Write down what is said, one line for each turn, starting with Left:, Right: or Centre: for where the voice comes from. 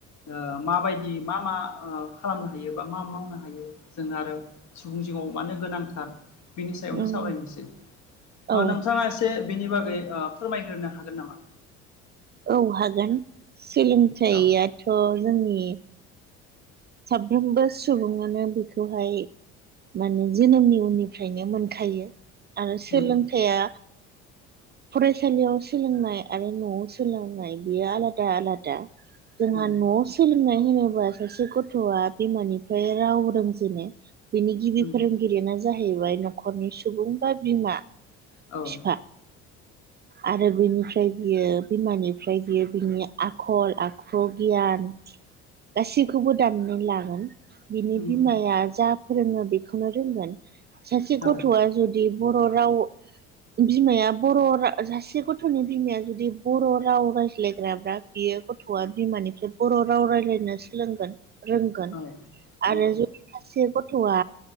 Left: ओ माबायदि मा मा ओ खालामनो हायो बा मा मावनो हायो जों आरो सुबुं जिउआव मानो गोनांथार बिनि सायावनो
Right: उम
Left: सावरायनोसै। ओ
Right: औ
Left: नोंथाङा एस से बिनि बागै ओ फोरमायग्रोनो हागोन नामा?
Right: औ हागोन। सोलोंथाइआथ'
Left: औ
Right: जोंनि साफ्रोमबो सुबुङानो बिखौहाय माने जोनोमनि उननिफ्रायनो मोनखायो आरो
Left: नंगौ
Right: सोलोंथाइआ
Left: <inaudible>
Right: फरायसालियाव सोलोंनाय आरो न'आव सोलोंनाय बियो आलादा आलादा। जोंहा
Left: औ
Right: न'आव सोलोंनाय होनोबा सासे गथ थ'आ बिमानिफ्राय राव रोंजेनो। बिनि गिबि
Left: नंगौ
Right: फोरों गिरियानो जाहैबाय न'खरनि सुबुं बा बिमा।
Left: औ।
Right: बिफा आरो बिनिफ्राय बियो बिमानिफ्राय बियो बिनि आखल आखु गियान गासिखौबो दान्नानै लागोन। बिनि
Left: नंगौ
Right: बिमाया जा फोरोङो बेखौनो रोंगोन सासे
Left: औ
Right: गथ'आ जुदि बर' राव बिमाया बर' रा सासे गथ'नि बिमाया जुदि बर' राव रायज्लायग्राब्रा बियो गथ'आ बिमानिफ्राय बर' राव रायलायनो सोलोंगोन रोंगोन
Left: औ नंगौ
Right: आरो जु सासे गथ'आ